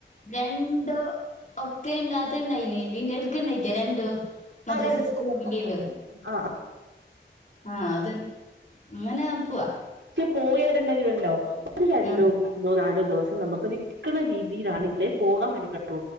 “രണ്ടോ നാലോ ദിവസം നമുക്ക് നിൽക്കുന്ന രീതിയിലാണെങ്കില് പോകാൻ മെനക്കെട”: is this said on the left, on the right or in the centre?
Right